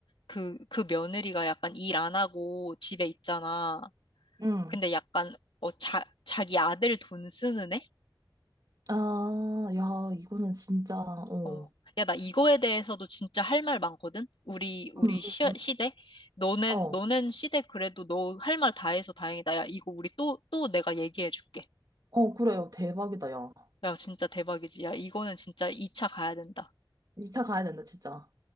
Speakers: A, on the left; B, on the right.
A: 그, 그 며느리가 약간 일 안 하고 집에 있잖아.
B: 응
A: 근데 약간, 어, 자, 자기 아들 돈 쓰는 애?
B: 아, 야, 이거는 진짜, 어.
A: 어. 야, 나 이거에 대해서도 진짜 할 말 많거든? 우리, 우리
B: 응,
A: 시,
B: 응, 응.
A: 시대? 너넨,
B: 어,
A: 너넨 시대 그래도 너 할 말 다 해서 다행이다. 야, 이거 우리 또, 또 내가 얘기해 줄게.
B: 어, 그래요. 대박이다, 야.
A: 야, 진짜 대박이지. 야, 이거는 진짜 2차 가야 된다.
B: 이차 가야 된다, 진짜.